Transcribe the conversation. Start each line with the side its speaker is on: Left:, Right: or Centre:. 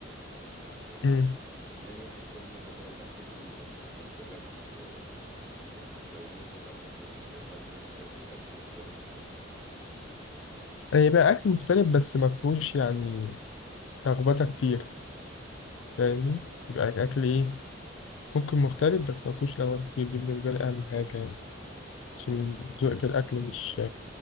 Centre: آه،
Left: مم.
Centre: يعني انا شخصيا بحب اجرب اكل جديد انت بالنسبة لك آه، يعني لو مثلا رايح مصيف او كده تحب ان انت تاكل اكل مختلف
Left: يعني بقى أكل مختلف بس مفهوش يعني لخبطة كتير فاهمني؟ يبقى أكل إيه ممكن مختلف بس مفهوش لخبطة كتير دي بالنسبة لي أهم حاجة عشان
Centre: يعني مثلا
Left: ذوقي في الأكل مش